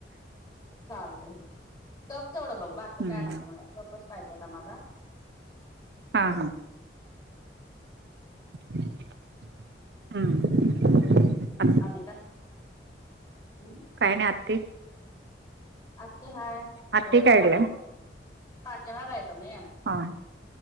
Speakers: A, on the left; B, on the right.
A: चालतय ना, टप तेवढं बघ बाकी
B: हम्म.
A: काय नको मला. कपच पाहिजे गं मला.
B: हा हा. ह्म.
A: आम्ही का? हम्म.
B: काय नाय आत्ती
A: आत्या हाय.
B: आत्ती
A: <unintelligible>
B: काढल्या
A: तात्याला बायको नाय
B: हां,